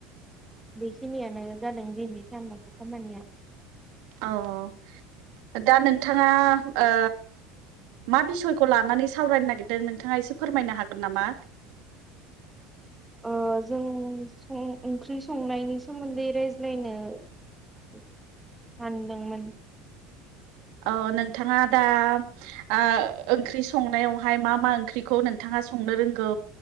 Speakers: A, in the centre; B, on the right (about 65°).
A: बेखिनियानो जादों दिनै सानबाथ' खामानिया।
B: औ दा नोंथाङा ओ मा बिसयखौ लानानै सावरायनो नागिरदों नोंथाङा एसे फोरमायनो हागोन नामा?
A: ओ जों सं ओंख्रि संनायनि सोमोनदोयै रायज्लायनो सानदोंमोन
B: अ नोंथाङा दा ओ ओंख्रि संनायावहाय मा मा ओंख्रिखौ नोंथाङा संनो रोंगौ